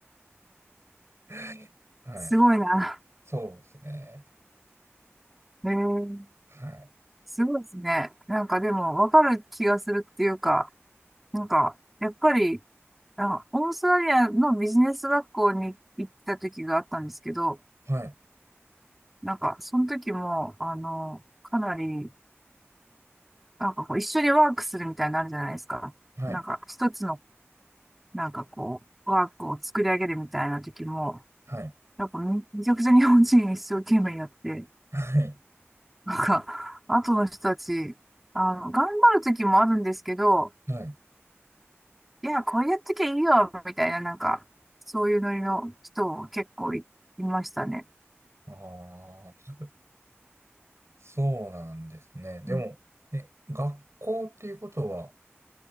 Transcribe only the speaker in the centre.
すごいな。
へえ、
すごいですね。なんかでも、わかる気がするっていうか、なんか、やっぱり、あ、オーストラリアのビジネス学校に行った時があったんですけど、
なんか、その時も、あの、かなり、なんかこう、一緒にワークするみたいになのあるじゃないですか。
なんか、一つの、なんかこう、ワークを作り上げるみたいな時も、
なんかめめちゃくちゃ日本人一生懸命やって、
なんか、後の人たち、あの、頑張る時もあるんですけど、
いや、これやってきゃいいよ、みたいな、なんか、そういうノリの人も結構い、いましたね。
うん